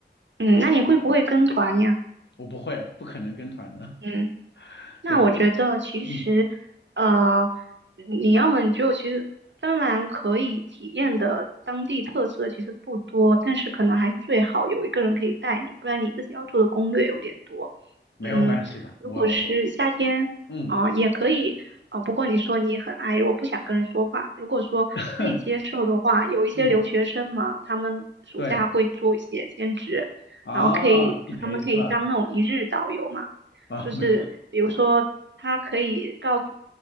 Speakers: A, on the right (about 80°); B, on the left (about 75°).
A: 嗯，那你会不会跟团呀？
B: 我不会，不可能跟团的。
A: 嗯。
B: <laughs>
A: 那我觉得其实，
B: 对，跟嗯
A: 呃，你要么你就其实芬兰可以体验的当地特色其实不多，但是可能还是最好有一个人可以带你，不然你自己要做的攻略有点多。
B: 没有关系的。
A: 嗯，如果是夏天啊，
B: 我我嗯
A: 也可以啊，不过你说你很爱，如果不想跟人说话，如果说可以接受的话，
B: <laughs>
A: 有一些留学生嘛，
B: 嗯
A: 他们暑假会做一些兼职，
B: 对啊，
A: 然后可以他们可以当那种一日导游嘛。
B: 地陪是吧？啊没
A: 就是比如说，他可以告诉